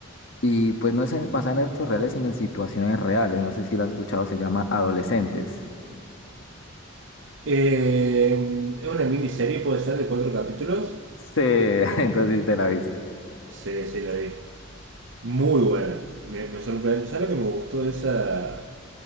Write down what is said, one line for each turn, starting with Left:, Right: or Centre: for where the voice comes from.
Left: Y pues no es en- basada en hechos reales, sino en situaciones reales. No sé si la has escuchado, se llama Adolescentes.
Right: Eh, es una miniserie, puede ser, de cuatro capítulos.
Left: Sí, <laughs> entonces sí te la viste.
Right: Sí, sí, la vi. Muy buena. Me, me sorprendió. ¿Sabes lo que me gustó de esa,